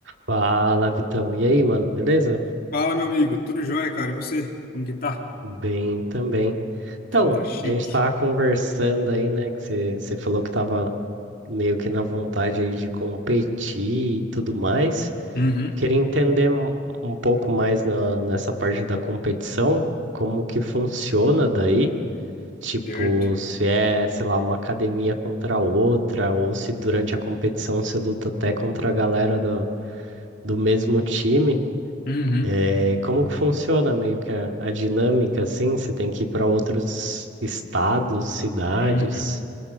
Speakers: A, on the right; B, on the left.
A: Fala, Vitão. E aí, mano, beleza?
B: Fala, meu amigo. Tudo jóia, cara? E você? Como que tá?
A: Bem também.
B: Então
A: Então,
B: tá chique,
A: a gente tava conversando aí, né? Que você você falou que tava meio que na vontade aí de competir e tudo mais.
B: Uhum,
A: Queria entender um um pouco mais na- nessa parte da competição, como que funciona daí. Tipo,
B: certo?
A: se é, sei lá, uma academia contra outra, ou se durante a competição você luta até contra a galera do, do mesmo time.
B: uhum,
A: É, como que funciona meio que a, a dinâmica assim? Você tem que ir para outros estados, cidades,
B: uhum.